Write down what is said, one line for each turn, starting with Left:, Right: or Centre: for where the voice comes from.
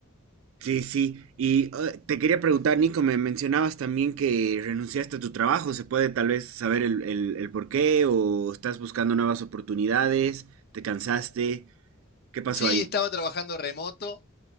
Right: Sí, sí. Y eh, te quería preguntar, Nico, me mencionabas también que renunciaste a tu trabajo. ¿Se puede tal vez saber el, el, el por qué o estás buscando nuevas oportunidades? ¿Te cansaste? ¿Qué pasó
Left: Sí,
Right: ahí?
Left: estaba trabajando remoto